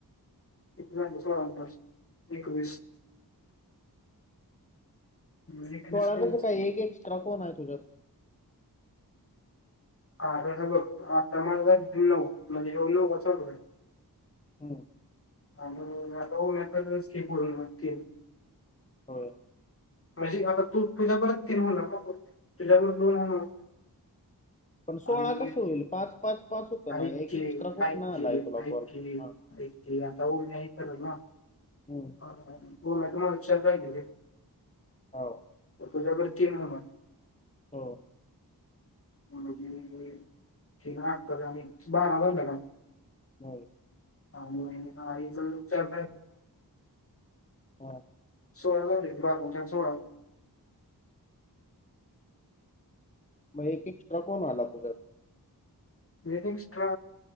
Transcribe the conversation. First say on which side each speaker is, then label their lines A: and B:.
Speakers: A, on the left; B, on the left.
A: किती झालं सोळा आणि पाच? एकवीस. एकवीस
B: सोळा
A: कॉलेज
B: कसं काय? एक एक्सट्रा कोण आहे तुझ्यात?
A: आरं हा बघ आता म नऊ म्हणजे ये नऊ वा चालू आहे.
B: हम्म.
A: आणि आता होऊन स्की पून त
B: होय.
A: म्हणजे आता तू तुझ्या परत तीन मला पकड. तुझ्या लोन
B: पण सोळा
A: आणि
B: कसं होईल पाच पाच पाच होतं
A: ऐऐचे
B: ना एक एक्स्ट्रा
A: ऐ
B: कुठनं
A: आई कि,
B: आलाय तुला
A: आई
B: कॉल
A: कि,
B: हा
A: आई कि अता ऊ मयतरल ना.
B: हम.
A: ह त म तु म्हा विचर जायली.
B: हो
A: तुझ्यावरती हा मं
B: हो.
A: <inaudible>
B: नाही.
A: आ ह चार
B: हा.
A: सोळा झालीत बारा आणि चार सोळा.
B: मग एक एक्सट्रा कोण आला तुझ्यात?
A: एक एक्स्ट्रा